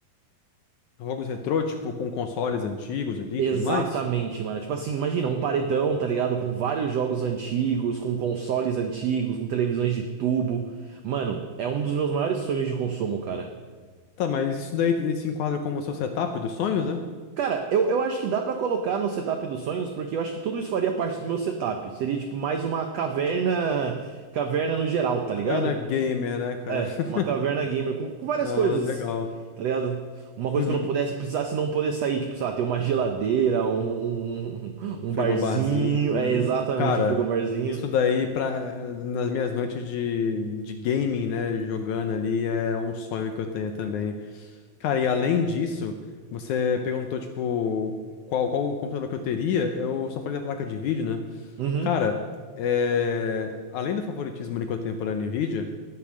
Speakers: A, on the left; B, on the right.
A: Jogos retrô, tipo, com consoles antigos ali
B: Exatamente,
A: e tudo mais.
B: mano. Tipo assim, imagina um paredão, tá ligado? Com vários jogos antigos, com consoles antigos, com televisões de tubo. Mano, é um dos meus maiores sonhos de consumo, cara.
A: Tá, mas isso daí se enquadra como o seu setup dos sonhos, né?
B: Cara, eu, eu acho que dá pra colocar no setup dos sonhos, porque eu acho que tudo isso faria parte do meu setup. Seria tipo mais uma caverna, caverna no geral, tá ligado?
A: Trabalhando na gamer, né, cara?
B: É,
A: <laughs>
B: uma caverna gamer com, com várias
A: Ah,
B: coisas,
A: legal.
B: tá ligado? Uma coisa
A: Uhum.
B: que eu não pudesse, precisasse não poder sair, tipo, sei lá, ter uma geladeira, um, um, um
A: Frigobarzinho.
B: barzinho. É exatamente,
A: né? Cara,
B: um frigobarzinho.
A: isso daí pra, nas minhas noites de, de gaming, né? Jogando ali é um sonho que eu tenho também. Cara, e além disso, você perguntou, tipo, qual, qual o computador que eu teria? Eu só falei da placa de vídeo, né?
B: Uhum.
A: Cara, é, além do favoritismo ali que eu tenho pela Nvidia,